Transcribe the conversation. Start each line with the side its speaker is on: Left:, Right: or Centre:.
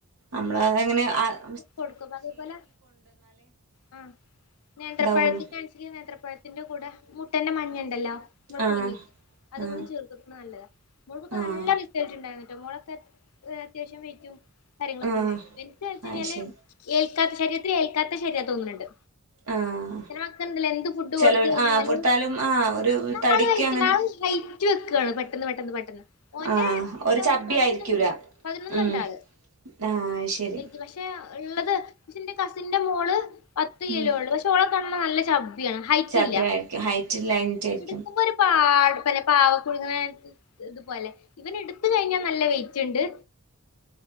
Right: അമ്മളഹ് എങ്ങനെ? അഹ്
Left: കൊടുക്കുമ്പതേ പോലെ ആ നേന്ത്രപ്പഴത്തിന്റെ
Right: ഇതാവുള്ളൂ
Left: ൻസിലീ നേത്രപഴത്തിന്റെ കൂടെ മുട്ടന്റെ മഞ്ഞണ്ടല്ലോ! മ്മള്
Right: ആഹ്
Left: പുഴുങ്ങിട്ട് അതുംകൂടി
Right: ആഹ്
Left: ചേർത്തൊട്ക്ക്‌ണ് നല്ലതാ! മോൾ ക്കൊക്കെ
Right: ആഹ്
Left: നല്ല റ്റാട്ടുണ്ടായിരുന്ന്ട്ടോ, മോളൊക്കെ ഏ അത്യാവശ്യം വെയ്റ്റും കാര്യങ്ങളൊക്കെ
Right: ആഹ്
Left: ണ്ടായിരുന്നു. വെയ്റ്റെയ്ച്ചഴിഞ്ഞാല്-
Right: അയ് ശരി
Left: ഏൽക്കാത്ത, ശരീരത്തിലേൽക്കാത്ത ശരിരാ തോന്ന്ണ്ട്.
Right: ആഹ്
Left: പിന്നെ മക്കണ്ടല്ലോ എന്ത് ഫുഡ്
Right: ചെലോൽ
Left: കൊടുത്ത് കഴിഞ്ഞാലും
Right: ആഹ് കൊടുത്താലും ആഹ് ഒരു
Left: <unintelligible> റ്റ്
Right: തടിക്ക് അങ്ങനെ
Left: വെക്കാണ് പെട്ടന്ന് പെട്ടന്ന് പെട്ടെന്ന് ഓന്റെ
Right: ആഹ്
Left: <unintelligible>
Right: ഒരു ചബ്ബി ആയിരിക്കൂല
Left: ന്ന്ന്ന്ണ്ടാള്.
Right: ഉം ആഹ് അയ് ശരി
Left: വെയ്റ്റ് പക്ഷെ ള്ളത് ക്ഷെ ന്റെ കസിന്റെ മോള്- പത്ത് കിലോള്ളൂ,
Right: ഉം
Left: പക്ഷെ ഓളെ കാണ നല്ല ചബ്ബിയാണ്. ഹൈറ്റ്ല്ല
Right: ചബ്ബി ആയിരിക്കും ഹൈറ്റ് ഇല്ലാഞ്ഞിട്ടായിരിക്കും
Left: ഇട്ക്കുമ്പൊര് - പാഴ്പ്പെന്നെ പാവക്കുഴുനെ ഇതുപോലെ ഇവന്ട്ത്ത് കഴിഞ്ഞാ നല്ല വെയിറ്റ്ണ്ട്.